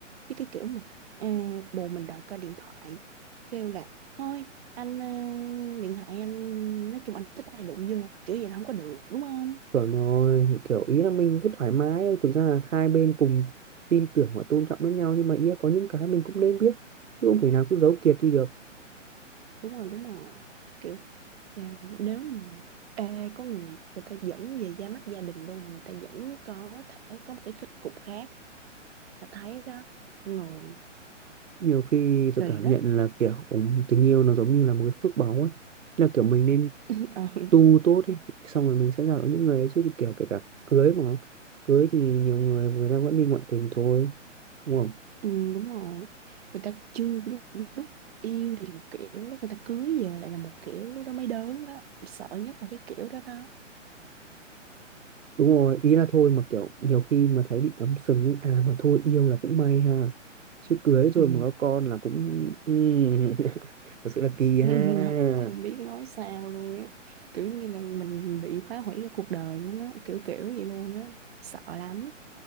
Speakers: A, on the right (about 50°); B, on the right (about 80°).
A: chứ cái kiểu mà à, bồ mình đòi coi điện thoại kêu là thôi anh à, điện thoại anh nói chung anh thích ai đụng vô kiểu vậy là không có được đúng không
B: chuẩn rồi kiểu ý là mình cứ thoải mái thôi. thực ra là hai bên cùng tin tưởng và tôn trọng lẫn nhau nhưng mà ý là có những cái mình cũng nên biết chứ không thể nào cứ giấu kiệt đi được
A: đúng rồi đúng rồi kiểu à, nếu mà à, có người người ta dẫn về ra mắt gia đình luôn mà người ta vẫn có thể có một cái kết cục khác ta thấy đó con người
B: nhiều khi tôi
A: Kỳ
B: cảm
A: lắm
B: nhận là kiểu tình yêu nó giống như là một cái phước báu ấy là kiểu mình nên
A: <laughs> ừ,
B: tu tốt ấy xong rồi mình sẽ gặp được những người ấy chứ kiểu kể cả cưới mà cưới thì nhiều người người ta vẫn đi ngoại tình thôi đúng không
A: ừ, đúng rồi người ta chưa lúc, lúc yêu thì là một kiểu lúc người ta cưới về lại là một kiểu lúc đó mới đớn đó sợ nhất là cái kiểu đó đó
B: đúng rồi ý là thôi mà kiểu nhiều khi mà thấy bị cắm sừng ấy à mà thôi yêu là cũng may ha chứ cưới rồi
A: ừ.
B: mà có con là cũng ừm, <laughs> thật sự là kỳ
A: <laughs>
B: ha
A: không biết nói sao luôn á kiểu như là mình bị phá hủy cái cuộc đời luôn á kiểu kiểu vậy luôn á sợ lắm